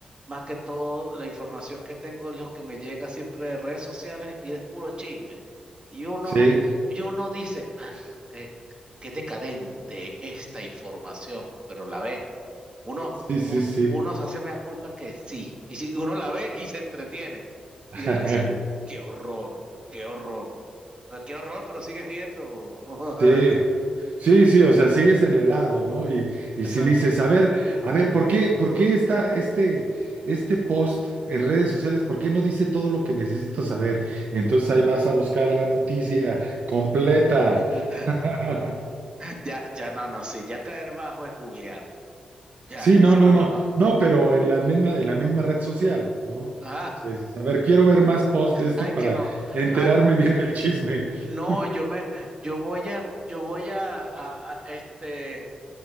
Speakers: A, on the right; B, on the right.
A: más que todo, la información que tengo es lo que me llega siempre de redes sociales y es puro chisme. Y uno,
B: sí,
A: y uno dice, "Ah, qué, qué decadente esta información, pero la ves uno,
B: sí, sí,
A: un-
B: sí,
A: uno se hace mea culpa que sí. Y si uno la ve y se entretiene. Y
B: <laughs>
A: después dice, qué horror, qué horror. Ah, Qué horror, pero sigues viendo. <laughs> Así,
B: sí, Sí, sí, o sea, sigues en el helado, ¿no? Y, y
A: exacto.
B: si dices, a ver, a ver, ¿por qué, por qué está este, este post en redes sociales, ¿por qué no dice todo lo que necesito saber? entonces ahí vas a buscar la noticia completa.
A: <laughs>
B: <laughs>
A: Ya, ya, no, no, sí. Ya caer bajo es googlear. Ya,
B: Sí,
A: dice,
B: no, no,
A: no,
B: no,
A: no, no.
B: no, pero en la misma,
A: Mm.
B: en la misma red social, ¿no? O
A: Ajá.
B: sea, dices, a ver, quiero ver más posts de este
A: Ay,
B: para
A: que no.
B: enterarme
A: Ah,
B: bien del chisme. <laughs>
A: no, yo me, yo voy a, yo voy a, a- a, este.